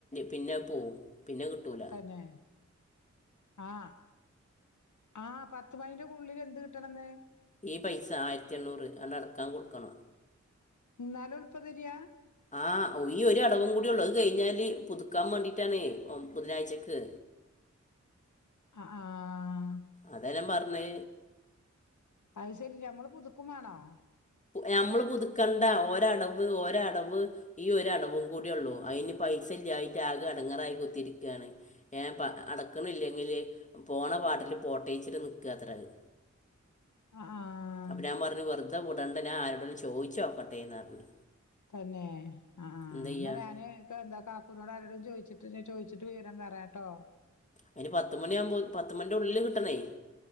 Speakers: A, on the left (about 25°); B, on the left (about 80°).
A: പിന്നെ പോകും പിന്നെ കിട്ടൂല
B: ന്നെ ആഹ് ആഹ് പത്ത് മണിന്റെ ഉള്ളിൽ എന്ത് കിട്ടണം ന്ന്
A: ഈ പൈസ ആയിരത്തി എണ്ണൂറ് അടക്കാൻ കൊടുക്കണം
B: ഇ ന്നാലും <unintelligible>
A: ആ ഈ ഒ ഒരു അടവും കൂടി ഉള്ളത് കഴിഞ്ഞാല് പുതുക്കാൻ വേണ്ടിട്ടാണ് ബുധനാഴ്ചക്ക്
B: ആഹ് ആഹ്
A: അതെല്ലാ പറഞ്ഞേ
B: അത് ശരി നമ്മള് പുതുക്കും വാണോ
A: നമ്മള് പുതുക്കേണ്ട ഒരടവ് ഒരടവ് ഈ ഒരിടവും കൂടി ഉള്ളൂ അതിന് പൈസ ഇല്ലായിട്ട് ആകെ എടങ്ങറായി കുത്തിരിക്കുകയാണ് ഏഹ് അടക്കണില്ലെങ്കിൽ പോണ പാട്ടില് പോട്ടേച്ചിട്ട് നിൽക്കത്ര അത്
B: ആഹ് ആഹ്
A: <inaudible> അപ്പൊ ഞാൻ പറഞ് വെറുതെ വിടണ്ട ഞാന് ആരോടലും ചോദിച്ചോക്കട്ടെന്ന് പറഞ്ഞു
B: തന്നെ ആ ആ
A: എന്താ ചെയ്യുക
B: എന്നാ ഞാന് എന്താ കാക്കനോട് ആരോടും ചോദിച്ചിട്ട് ചോദിച്ചിട്ട് വിവരം പറയാട്ടോ കേട്ടോ
A: അതിന് പത്ത് മണിയാകുമ്പോ പത്ത് മണിന്റെ ഉള്ളിൽ കിട്ടണേ